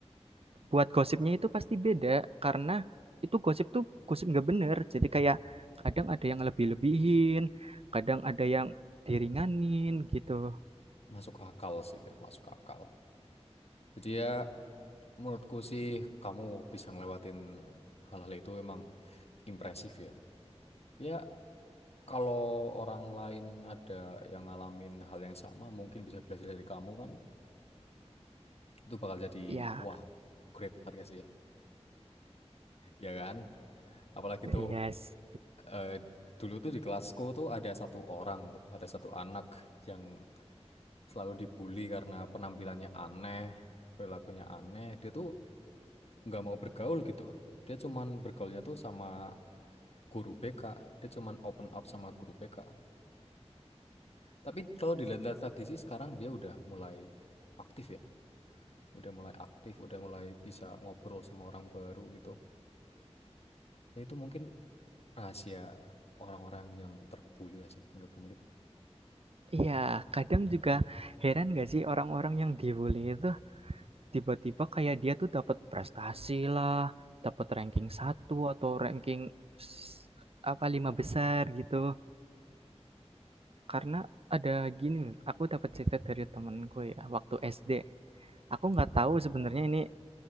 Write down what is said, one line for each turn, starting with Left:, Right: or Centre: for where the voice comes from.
Right: buat gosipnya itu pasti beda, karena itu gosip tuh gosip nggak bener. Jadi kayak kadang ada yang lebih-lebihin, kadang ada yang diringanin gitu.
Left: Masuk akal sih, Lip. Masuk akal. Jadi ya Menurutku sih kamu bisa ngelewatin hal-hal itu emang impresif ya. Ya kalau orang lain ada yang ngalamin hal yang sama mungkin bisa belajar dari kamu kan itu bakal jadi
Right: ya
Left: wah great banget gak sih? Ya kan? Apalagi tuh
Right: iya sih.
Left: eh, dulu tuh di kelasku tuh ada satu orang tuh ada satu anak yang selalu dibully karena penampilannya aneh, perilakunya aneh. Dia tuh nggak mau bergaul gitu. Dia cuman bergaulnya tuh sama guru BK dia cuman open up sama guru BK tapi kalau dilihat-lihat lagi sih sekarang dia udah mulai aktif ya udah mulai aktif udah mulai bisa ngobrol sama orang baru gitu ya itu mungkin rahasia orang-orang yang terbuli gak sih menurut kamu Lip?
Right: Iya, kadang juga heran nggak sih orang-orang yang di itu tiba-tiba kayak dia tuh dapat prestasi lah dapat ranking satu atau ranking s apa, 5 besar gitu. Karena ada gini loh, aku dapat cerita dari temenku ya, waktu SD. Aku nggak tahu sebenarnya ini